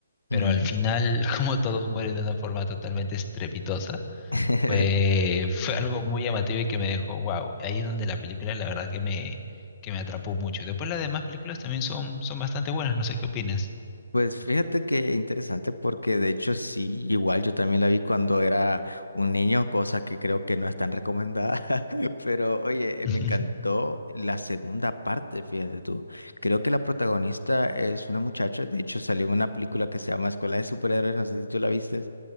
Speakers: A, on the left (about 25°); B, on the left (about 85°).
A: pero
B: ujú.
A: al final <laughs> como todos mueren de una forma totalmente estrepitosa
B: <laughs>
A: fue, fue algo muy llamativo y que me dejó, wow, ahí es donde la película la verdad que me, que me atrapó mucho. Después las demás películas también son, son bastante buenas, no sé qué opinas.
B: Pues fíjate que interesante porque de hecho sí, igual yo también la vi cuando era un niño, cosa que creo que no es tan recomendada, <laughs> pero oye, eh,
A: <laughs>
B: me encantó la segunda parte, fíjate tú. Creo que la protagonista es una muchacha, de hecho salió en una película que se llama Escuela de Superhéroes, no sé si tú la viste.